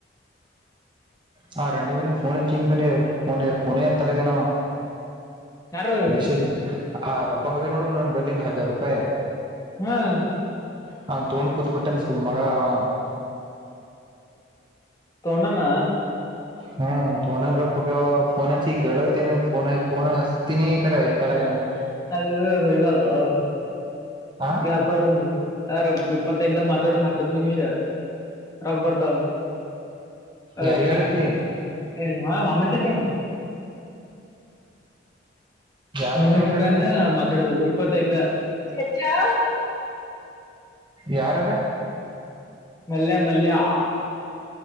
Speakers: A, on the right; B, on the left.
A: ಹಾ ರಂಡಿ ಮನ್ನಿಫೋನ್ ಹೆಚ್ಚಿನ್ಕ ಫೋನ್ಫೋನ ಎತ್ತಲ್ಲ
B: ಯಾರು
A: ಮೆಸೇಜ್ ಆ ರೊಕ್ಕ ಹೋಗೇ ನೋಡು ನಾನು ಬರ್ಲಿಂದು ಹದಿನೈದು ರೂಪಾಯಿ
B: ಹ್ಮ್
A: ಹಾ ತೋಣ ಕೂತ್ ಬಿಟ್ಟಾನ ಸಮ್ ಮಗ ಅವ
B: ದೊಡ್ಡಣ್ಣ.
A: ಹ್ಮ ತೋನ ರವ ತೊನ ಫೋನ್ ಹಚ್ಚಿ ಕೇಳತೀನಿ ಫೋನ್ ಫೋನ ಹಚ್ಚುತ್ತೀನಿ ಕರೆ ಎತ್ತತಲ್ಲ ಕ <unintelligible>
B: ಅದು <unintelligible>
A: ಹಾ
B: ಯಾಪ್ ಇದು ರ ಇಪ್ಪತ್ತೈದ ದ ಮಾತಾಡದು ಹತ್ತತ್ತು ನಿಮಿಷ ರಕ್ಬರ್ ಬಾರ್ ಹೌದು
A: ಯಾರಿಗ್ ಹೇಳತಿ
B: ಹೌದು ಎ <unintelligible>
A: ಯಾರ್
B: ಮಮ್ಮಿಗೆ
A: ಜೊತೆ ಮಾತಾಡ್ಲತಿ
B: ಪ್ಯಾನು ಮಾತಾಡುದು ಇಪ್ಪತ್ತೈದ ಹೆಚ್ಚಾ
A: ಯಾರ್ಯಾರು
B: ಮಲ್ಲಯ ಮಲ್ಲಯಾ